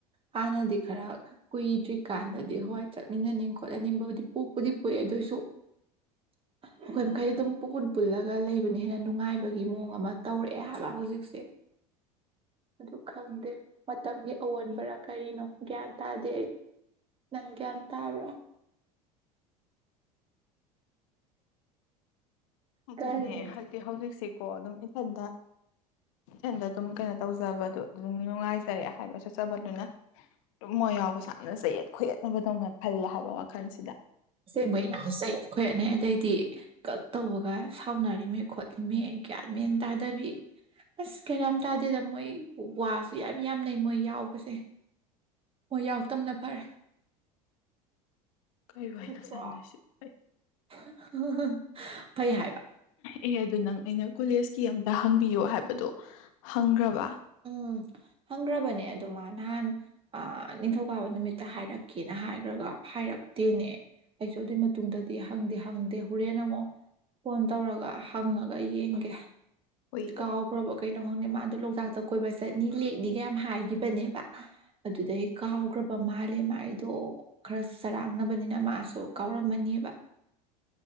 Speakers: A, on the right; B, on the left.
A: ꯍꯥꯟꯅꯗꯤ ꯈꯔ ꯀꯨꯏꯗ꯭ꯔꯤꯀꯥꯟꯗꯗꯤ ꯍꯣꯏ ꯆꯠꯃꯤꯟꯅꯅꯤꯡ ꯈꯣꯠꯍꯟꯅꯤꯡꯕꯕꯨꯗꯤ ꯄꯣꯛꯄꯨꯗꯤ ꯄꯣꯛꯏꯦ ꯑꯗꯨꯑꯣꯏꯁꯨ ꯑꯩꯈꯣꯏ ꯃꯈꯩ ꯑꯗꯨꯝ ꯄꯨꯟ ꯄꯨꯜꯂꯒ ꯂꯩꯕꯅꯤ ꯍꯦꯟꯅ ꯅꯨꯡꯉꯥꯏꯕꯒꯤ ꯃꯑꯣꯡ ꯑꯃ ꯇꯧꯔꯛꯑꯦ ꯍꯥꯏꯕ ꯍꯧꯖꯤꯛꯁꯦ ꯑꯗꯨ ꯈꯪꯗꯦ ꯃꯇꯝꯒꯤ ꯑꯑꯣꯟꯕꯔ ꯀꯔꯤꯅꯣ ꯒ꯭ꯌꯥꯟ ꯇꯥꯗꯦ ꯑꯩ ꯅꯪ ꯒ꯭ꯌꯥꯟ ꯇꯥꯕ꯭ꯔꯥ
B: ꯑꯗꯨꯅꯦ
A: ꯀꯔꯤ
B: ꯍꯥꯏꯗꯤ ꯍꯧꯖꯤꯛꯁꯤꯀꯣ ꯑꯗꯨꯝ ꯏꯊꯟꯗ ꯏꯊꯟꯗ ꯑꯗꯨꯝ ꯀꯩꯅꯣ ꯇꯧꯖꯕꯗꯣ ꯑꯗꯨꯝ ꯅꯨꯡꯉꯥꯏꯖ <unintelligible> ꯍꯥꯏꯕ ꯆꯠꯆꯕꯗꯨꯅ ꯇꯨꯝꯃꯣꯏ ꯌꯥꯎꯕꯁ ꯌꯥꯝꯅ ꯆꯌꯦꯠ ꯈꯨꯣꯏꯌꯦꯠꯅꯕꯗꯧꯅ ꯈꯜꯂꯦ ꯍꯥꯏꯕ ꯋꯥꯈꯜꯁꯤꯗ
A: ꯑꯁꯦꯡꯕꯩꯅ ꯆꯩ ꯈꯣꯏꯠꯅꯩ ꯑꯗꯩꯗꯤ ꯀꯛ ꯇꯧꯕꯒ ꯁꯥꯎꯅꯔꯤꯃꯦ ꯈꯣꯠꯂꯤꯃꯦ ꯒ꯭ꯌꯥꯟ ꯃꯦꯟ ꯇꯥꯗꯕꯤ ꯑꯁ ꯀꯩꯅꯝ ꯇꯥꯗꯦꯗ ꯃꯣꯏ ꯋꯥꯁꯨ ꯌꯥꯝ ꯌꯥꯝ ꯅꯩ ꯃꯣꯏ ꯌꯥꯎꯕꯁꯦ ꯃꯣꯏ ꯌꯥꯎ ꯇꯞꯅ ꯐꯔꯦ
B: ꯀꯩ ꯋꯥꯏꯔꯤꯅꯣ
A: ꯐꯠꯇ꯭ꯔꯣ
B: ꯁꯥꯟꯗꯣꯏꯁꯤ ꯑꯩ
A: <unintelligible> ꯐꯩ ꯍꯥꯏꯕ
B: ꯑꯦ ꯑꯗꯨ ꯅꯪ ꯑꯩꯅ ꯀꯣꯂꯦꯖꯀꯤ ꯑꯝꯇ ꯍꯪꯕꯤꯌꯣ ꯍꯥꯏꯕꯗꯨꯣ ꯍꯪꯈ꯭ꯔꯕ
A: ꯎꯝ ꯍꯪꯈ꯭ꯔꯕꯅꯦ ꯑꯗꯨ ꯃꯥ ꯅꯍꯥꯟ ꯅꯤꯡꯊꯧꯀꯥꯕ ꯅꯨꯃꯤꯠꯇ ꯍꯥꯏꯔꯛꯀꯦꯅ ꯍꯥꯏꯈ꯭ꯔꯒ ꯍꯥꯏꯔꯛꯇꯦꯅꯦ ꯑꯩꯁꯨ ꯑꯗꯨꯏ ꯃꯇꯨꯡꯗꯗꯤ ꯍꯪꯗꯦ ꯍꯪꯗꯦ ꯍꯣꯔꯦꯟ ꯑꯃꯨꯛ ꯐꯣꯟ ꯇꯧꯔꯒ ꯍꯪꯉꯒ ꯌꯦꯡꯒꯦ
B: ꯍꯣꯏ
A: ꯀꯥꯎꯈꯔꯕ ꯀꯩꯅꯣ ꯈꯪꯗꯦ ꯃꯥꯗꯣ ꯂꯣꯛꯇꯥꯛꯇ ꯀꯣꯏꯕꯆꯠ ꯅꯤ ꯂꯦꯛꯅꯤꯒ ꯌꯥꯝ ꯍꯥꯏꯈꯤꯕꯅꯦꯕ ꯑꯗꯨꯗꯩ ꯀꯥꯎꯈ꯭ꯔꯕ ꯃꯥꯜꯂꯦ ꯃꯥ ꯑꯩꯗꯣ ꯈꯔ ꯆꯔꯥꯡꯅꯕꯅꯤꯅ ꯃꯥꯁꯨ ꯀꯥꯎꯔꯝꯃꯅꯤꯕ